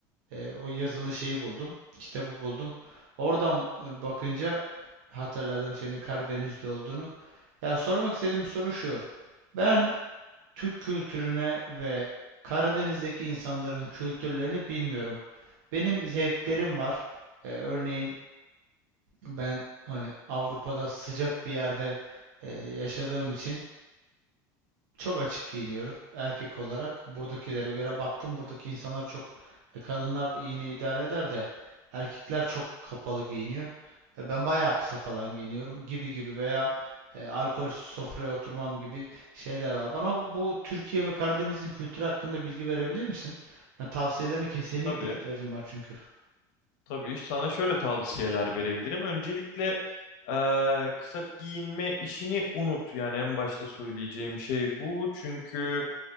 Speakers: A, on the right; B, on the left.
A: e, o yazılı şeyi buldum. Kitabı buldum. Oradan e, bakınca hatırladım senin Karadeniz'de olduğunu. Ya sormak istediğim soru şu. Ben Türk kültürüne ve Karadeniz'deki insanların kültürlerini bilmiyorum. Benim zevklerim var. E, örneğin ben hani Avrupa'da sıcak bir yerde e, yaşadığım için çok açık giyiniyorum erkek olarak. Buradakilere göre baktım. Buradaki insanlar çok e, kadınlar yine idare eder de erkekler çok kapalı giyiniyor. E, ben bayağı kısa falan giyiniyorum gibi gibi veya e, alkolsüz sofraya oturmam gibi şeyler var. Bana bu Türkiye ve Karadeniz'in kültürü hakkında bilgi verebilir misin? Yani tavsiyelerine kesinlikle
B: Tabii,
A: ihtiyacım var çünkü.
B: tabii. Sana şöyle tavsiyeler verebilirim. Öncelikle eee, kısa giyinme işini unut. Yani en başta söyleyeceğim şey bu. Çünkü